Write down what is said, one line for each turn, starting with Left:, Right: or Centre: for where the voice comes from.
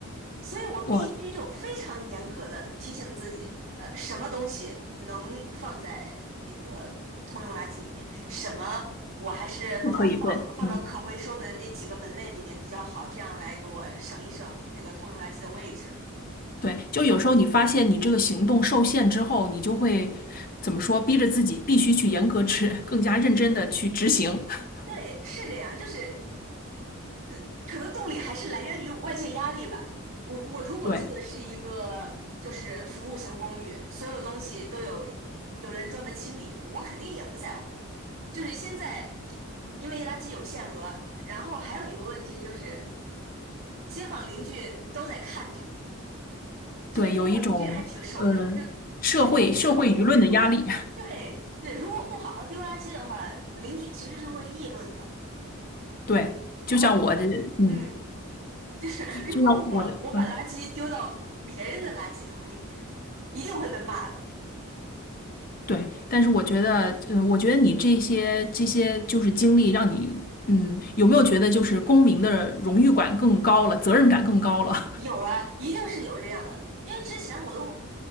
Right: 所以我必须就非常严格的提醒自己，
Left: 我
Right: 呃，什么东西能放在那个通用垃圾里面，什么我还是把它放放到可回收的那几个门类里面比较好，
Left: 不可以问，嗯，
Right: 这样来给我省一省那个通用垃圾的位置。
Left: 对，就有时候你发现你这个行动受限之后，你就会怎么说，逼着自己必须去严格执，更加认真的去执行。<laughs>
Right: 对，是这样，就是呃，可能动力还是来源于外界压力吧。我我如果住的是一个就是服务型公寓，
Left: 对
Right: 所有东西都有有人专门清理，我肯定也不在乎。就是现在，因为垃圾有限额，然后还有一个问题就是街坊邻居都在看着，这边街坊邻居还挺熟的，
Left: 对，有一种呃社会社会舆论的压力。
Right: 就随便哪个窗户，对对，如果不好好丢垃圾的话，邻居其实是会议论的。
Left: 对，就像我的，
Right: 然后，
Left: 嗯，
Right: 嗯，就是如果我我把垃圾丢到别人的垃圾桶里面，
Left: 就像我的，嗯，
Right: 一定会被骂的。
Left: 对。但是我觉得，嗯，我觉得你这些这些就是经历，让你，嗯，有没有觉得就是公民的荣誉感更高了，责任感更高了？
Right: 有啊，一定是有这样的，因为之前我都